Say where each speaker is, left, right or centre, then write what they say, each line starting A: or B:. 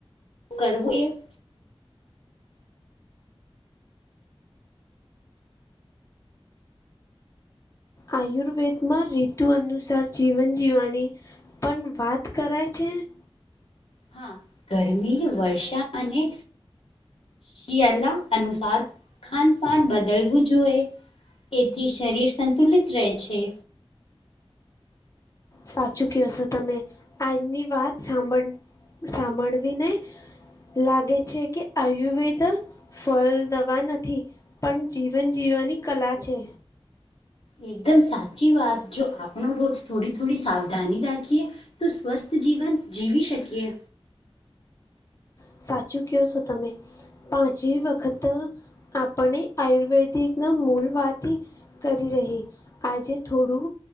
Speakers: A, on the left; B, on the left.
A: કરવું એ
B: આયુર્વેદમાં રીધુ અનુસાર જીવન જીવવાની પણ વાત કરાય છે ને
A: હા ગરમી વર્ષા અને શિયાલા અનુસાર ખાનપાન બદલવું જોઈએ એથી શરીર સંતુલિત રહે છે
B: સાચું કહ છો તમે આજની વાત સાંભળ સાંભળવી ને લાગે છે કે આયુર્વેદ ફળ દવા નથી પણ જીવન જીવવાની કલા છે
A: એકદમ સાચી વાત જો આપણો રોજ થોડી થોડી સાવધાની રાખીએ તો સ્વસ્થ જીવન જીવી શકીએ
B: સાચું કયો છો તમે પાંચમ વખત આપણે આયુર્વેદિકના મૂલ વાથી કરી રહી આજે થોડું